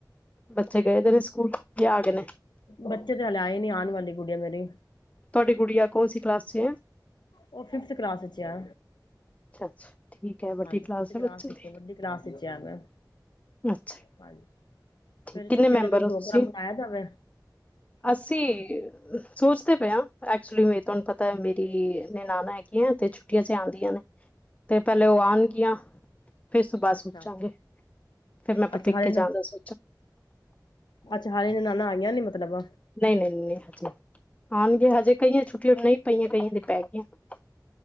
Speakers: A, on the left; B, on the left.
A: ਬੱਚੇ ਗਏ ਤੇ ਨੇ ਸਕੂਲ ਜਾਂ ਆ ਗਏ ਨੇ
B: ਬੱਚੇ ਤੇ ਹਲੇ ਆਏ ਨੀ ਆਉਣ ਵਾਲੇ ਤੇ ਗੂੜੀਆ ਮੇਰੀ
A: ਤੁਹਾਡੀ ਗੁੜੀਆ ਕੋਲ ਸੀ ਕਲਾਸ ਚ ਹੈ
B: ਉਹ ਫਿਫਥ ਕਲਾਸ ਚ ਆ
A: ਅੱਛਾ ਅੱਛਾ ਠੀਕ ਹੈ ਵੱਡੀ
B: ਹਾਂਜੀ ਫਿਫਥ
A: ਕਲਾਸ ਹੈ ਬੱਚੇ
B: ਵਿੱਚ
A: ਦੀ
B: ਵੱਡੀ ਕਲਾਸ ਵਿੱਚ ਆ ਮੈਂ
A: ਅਛਾ
B: ਹਾਂਜੀ
A: ਠੀਕ
B: ਫੇਰ
A: ਕਿੰਨੇ
B: ਛੁੱਟੀਆਂ
A: ਮੈਂਬਰ
B: ਦਾ ਕੋਈ
A: ਹੋ
B: ਪ੍ਰੋਗਰਾਮ
A: ਤੁਸੀਂ
B: ਬਣਾਇਆ ਜਾਵੇ
A: ਅਸੀਂ ਸੋਚਦੇ ਪਏ ਹ ਐਕਚੁਲੀ ਮੇ ਤੁਹਾਨੂੰ ਪਤਾ ਮੇਰੀ ਨਣਾਣਾ ਹੈਗੀਆਂ ਤੇ ਛੁੱਟੀਆਂ ਚ ਆਉਂਦੀਆਂ ਨੇ ਤੇ ਪਹਿਲੇ ਉਹ ਆਉਣਗੀਆਂ ਫੇਿਰ ਸੁਬਾਹ ਸੋਚਾਂਗੇ
B: ਅੱਛਾ
A: ਫੇਿਰ ਮੈਂ ਆਪਪਿੱਕੇ
B: ਅੱਛਾ ਹਾਲੇ ਨ
A: ਜਾਦਾ ਸ
B: ਅੱਛਾ ਹਾਲੇ ਨਣਾਣਾ ਆਈਆਂ ਨੇ ਮਤਲਬ
A: ਨਹੀਂ ਨਹੀਂ ਨਹੀਂ ਹਜੇ ਆਉਣਗੇ ਹਜੇ ਕਈਆਂ ਛੁੱਟੀਆਂ ਨਹੀਂ ਪਈਆਂ ਕਈਆਂ ਦੀ ਪੈ ਗਈਆਂ